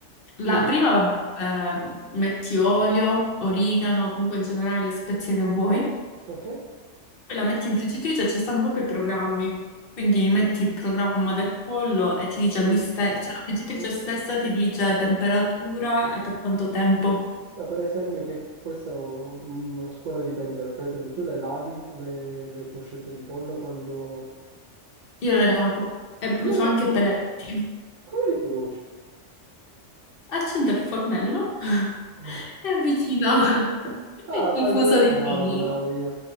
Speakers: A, on the left; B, on the right.
A: la
B: Mm,
A: prima, vabbè, ehm, metti olio, origano, comunque in generale le spezie che vuoi,
B: ok,
A: poi la metti in friggitrice, ci stanno proprio i programmi. Quindi metti il programma del pollo e ti dice
B: sì,
A: lui stesso, cioè la friggitrice
B: Mm,
A: stessa ti dice temperatura e per quanto tempo.
B: mm. Ma per esempio che questa è un- una scuola di pensiero, per esempio tu le lavi le, le coscette di pollo quando...
A: Io le lavo e brucio
B: Io- no,
A: anche i peletti.
B: Come li bruci?
A: accende il fornello <laughs>
B: <laughs>
A: e avvicina
B: Ah,
A: il
B: fai
A: fuso
B: proprio...
A: di
B: Mamma
A: pollo.
B: mia,